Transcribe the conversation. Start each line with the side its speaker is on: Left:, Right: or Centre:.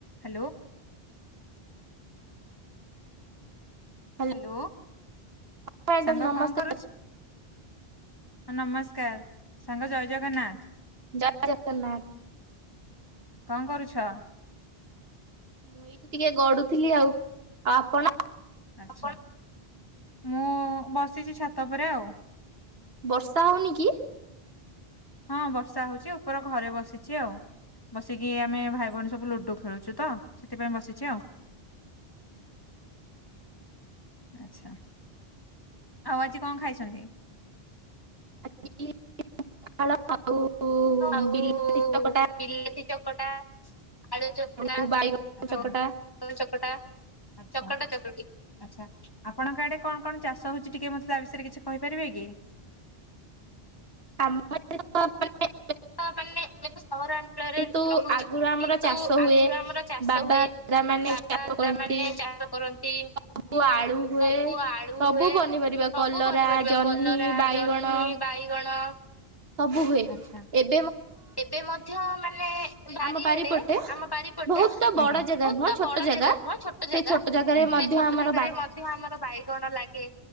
Left: ହାଲୋ।
Right: ହ୍ୟାଲୋ
Left: ହାଲୋ
Right: ମ୍ୟାଡ଼ାମ
Left: ସାଙ୍ଗ
Right: ନମସ୍କାର
Left: କଣ କରୁଚୁ? ହଁ ନମସ୍କାର ସାଙ୍ଗ ଜୟ ଜଗନ୍ନାଥ।
Right: ଜୟ ଜଗନ୍ନାଥ।
Left: କଣ କରୁଛ?
Right: ମୁଁ ଏଇଠି ଟିକେ ଗଡ଼ୁଥିଲି ଆଉ ଆଉ ଆପଣ?
Left: ଆଚ୍ଛା ମୁଁ ଉ ଉ ବସିଚି ଛାତ ଉପରେ ଆଉ।
Right: ବର୍ଷା ହଉନି କି?
Left: ହଁ ବର୍ଷା ହଉଚି ଉପର ଘରେ ବସିଚି ଆଉ। ବସିକି ଆମେ ଭାଇ ଭଉଣୀ ସବୁ ଲୁଡୁ ଖେଳୁଚୁ ତ ସେଥିପାଇଁ ବସିଚି ଆଉ। ଆଚ୍ଛା ଆଉ ଆଜି କଣ ଖାଇଛନ୍ତି?
Right: <inaudible>
Left: ତ ଆଉ
Right: ବିଲାତି ଚକଟା
Left: ବିଲାତି ଚକଟା ଆଳୁ ଚକଟା
Right: ଆଉ ବାଇଗଣ
Left: ଆଉ
Right: ଚକଟା
Left: ଟଲ ଚକଟା ଚକଟା ଚକଟି। ଆଚ୍ଛା ଆପଣଙ୍କ ଆଡ଼େ କଣ କଣ ଚାଷ ହଉଚି ଟିକେ ମତେ ତା ବିଷୟରେ କିଛି କହିପାରିବେ କି?
Right: ଆମ ଏପଟେ କଣ କହିଲେ
Left: ତ ମାନେ ମାନେ ଆମେ ତ ସହରାଞ୍ଚଳରେ
Right: କିନ୍ତୁ
Left: ରହୁଚୁ
Right: ଆଗରୁ ଆମର
Left: କିନ୍ତୁ
Right: ଚାଷ ହୁଏ।
Left: ଆଗୁରୁ ଆମର ଚାଷ
Right: ବାବା
Left: ହୁଏ।
Right: ଦାଦା ମାନେ
Left: ବାପା
Right: ଚାଷ
Left: ଦାଦା
Right: କରନ୍ତି
Left: ମାନେ ଚାଷ କରନ୍ତି।
Right: ସବୁ ଆଳୁ ହୁଏ।
Left: ସବୁ ଆଳୁ
Right: ସବୁ
Left: ହୁଏ
Right: ପନିପରିବା
Left: ସବୁ
Right: କଲରା
Left: ପନିପରିବା
Right: ଜହ୍ନି
Left: କଲରା,
Right: ବାଇଗଣ
Left: ଜହ୍ନି ବାଇଗଣ
Right: ସବୁ ହୁଏ
Left: ଆଚ୍ଛା।
Right: ଏବ
Left: ଏବେ ମଧ୍ୟ ମାନେ ବାରି
Right: ଆମ ବାରିପଟେ
Left: ଏଡ଼େ ଆମ ବାରିପଟେ
Right: ବହୁତ ତ ବଡ
Left: ଆଜ୍ଞା।
Right: ଜାଗା
Left: ବହୁତ
Right: ନୁହଁ ଛୋଟ
Left: ବଡ଼ ଜାଗା ନୁହଁ ଛୋଟ
Right: ସେ
Left: ଜାଗା
Right: ଜାଗାରେ ମଧ୍ୟ
Left: ସେ ଛୋଟ
Right: ଆମର
Left: ଜାଗାରେ ମଧ୍ୟ ଆମର ବାଇଗଣ ଲା ଗେ